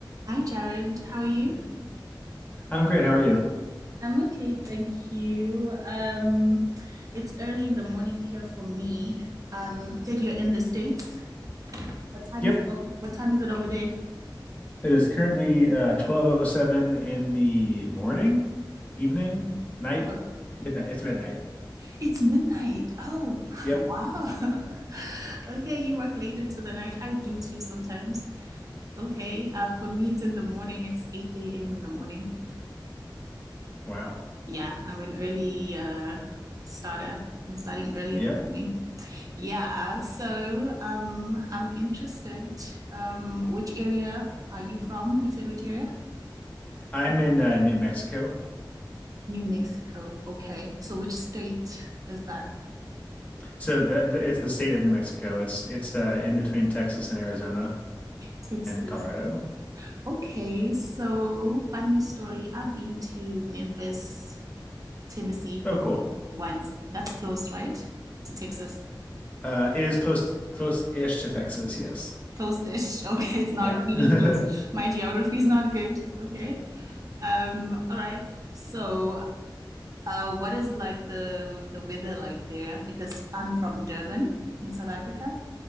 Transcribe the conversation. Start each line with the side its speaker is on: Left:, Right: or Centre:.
Right: Hi, Jared. How are you?
Left: I'm great. How are you?
Right: I'm okay, thank you. Um, it's early in the morning here for me. Um, Said you're in the States. what time
Left: Yep.
Right: is it, what time is it over there?
Left: It is currently uh 12:07 in the morning, evening, night,
Right: Oh,
Left: midnight. It's midnight.
Right: it's midnight. Oh, <laughs>
Left: Yep.
Right: wow. <laughs> Okay, you work late into the night. I do too sometimes. Okay, uh, for me, it's in the morning. It's 8 a.m. in the morning.
Left: Wow.
Right: Yeah, I'm an early uh, starter. I'm starting early
Left: Yep.
Right: in the morning. Yeah, so um, I'm interested. Um, which area are you from? You said which area?
Left: I'm in uh, New Mexico.
Right: New Mexico. Okay, so which state is that?
Left: So the, the it's the state of New Mexico. It's it's uh, in between Texas and Arizona
Right: Texas.
Left: and Colorado.
Right: Okay, so funny story. I've been to Memphis, Tennessee
Left: Oh, cool.
Right: once. That's close, right? To Texas.
Left: Uh, it is close close-ish to Texas, yes.
Right: Close-ish. <laughs> Okay, it's not
Left: Yeah.
Right: really
Left: <laughs>
Right: close. My geography is not good. Okay. Um, all right. So Uh, what is like the um, the weather like there? Because I'm from Durban in South Africa,